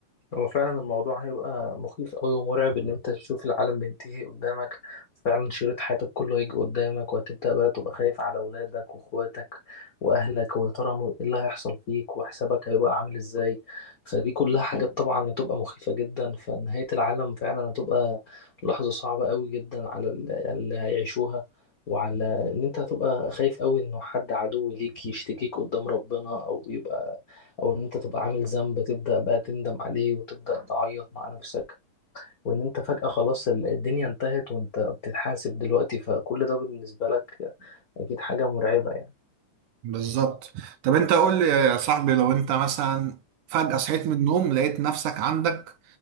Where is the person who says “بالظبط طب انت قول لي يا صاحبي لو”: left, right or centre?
Right